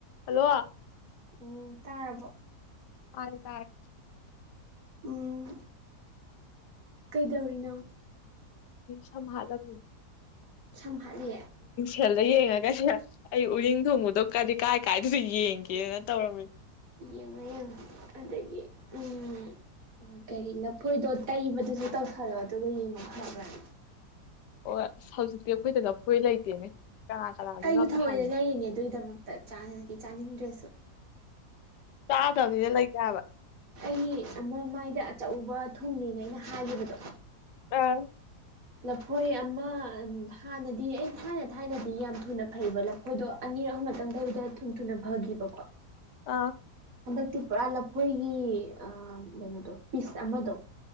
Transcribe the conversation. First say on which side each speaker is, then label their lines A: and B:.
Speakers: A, on the left; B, on the right.
A: Hello
B: ꯑꯣ ꯇꯥꯔꯕꯣ
A: ꯇꯥꯔꯦ ꯇꯥꯔꯦ
B: ꯎꯝ ꯀꯩꯗꯧꯔꯤꯅꯣ
A: ꯁꯝ ꯍꯠꯂꯥꯝꯃꯤꯅꯦ
B: ꯁꯝꯍꯠꯂꯤꯦ
A: ꯀꯩꯊꯦꯜꯗ ꯌꯦꯡꯉꯒ ꯑꯩ ꯎꯔꯤꯡ ꯊꯣꯡꯕꯗꯣ ꯀ ꯀꯥꯏ ꯀꯥꯏꯗꯁꯨ ꯌꯦꯡꯒꯦꯅ ꯇꯧꯔꯝꯃꯤ
B: ꯌꯦꯡꯉ ꯌꯦꯡꯉ ꯑꯗꯒꯤ ꯎꯝ ꯀꯔꯤ ꯂꯐꯣꯏꯗꯣ ꯇꯩꯕꯗꯨꯁꯨ ꯇꯧꯁꯜꯂꯣ ꯑꯗꯨꯒ ꯌꯦꯡꯉꯣ ꯐꯕ꯭ꯔꯅꯤ
A: ꯑꯣ ꯑꯁ ꯍꯧꯖꯤꯛꯇꯤ ꯑꯩꯈꯣꯏꯗꯅꯐꯣꯏ ꯂꯩꯇꯦꯅꯦ ꯀꯅꯥ ꯀꯅꯥꯒꯤꯅꯣ
B: ꯀꯁꯨ
A: ꯑꯝꯇ
B: ꯊꯑꯣꯏꯅ
A: ꯍꯪꯉꯨꯒꯦ
B: ꯂꯩꯔꯤꯅꯦ ꯑꯗꯨꯒꯤꯗꯃꯛꯇ ꯆꯥꯅꯤꯡꯗ꯭ꯔꯁꯨ
A: ꯆꯥꯗꯕꯅꯤꯅ ꯂꯩꯇꯦ ꯍꯥꯏꯕ
B: ꯑꯩ ꯃꯃꯥꯏꯗ ꯆꯥꯛꯎꯕ ꯊꯨꯡꯉꯅ ꯑꯩꯅ ꯍꯥꯏꯈꯤꯕꯗꯣ
A: ꯑꯥ
B: ꯂꯐꯣꯏ ꯑꯃ ꯍꯥꯟꯅꯗꯤ ꯑꯩ ꯊꯥꯏꯅ ꯊꯥꯏꯅꯗꯤ ꯌꯥꯝ ꯊꯨꯅ ꯐꯩꯕ ꯍꯣꯏꯗꯣ ꯑꯅꯤꯔꯛꯍꯃꯇꯪꯗꯕꯤꯗ ꯊꯨ ꯊꯨꯅ ꯐꯈꯤꯕꯀꯣ
A: ꯑꯥ
B: ꯍꯟꯗꯛꯇꯤ ꯄꯨꯔꯥ ꯂꯐꯣꯏꯒꯤ ꯑ ꯀꯩꯅꯣꯗꯣ ꯄꯤꯁ ꯑꯃꯗꯣ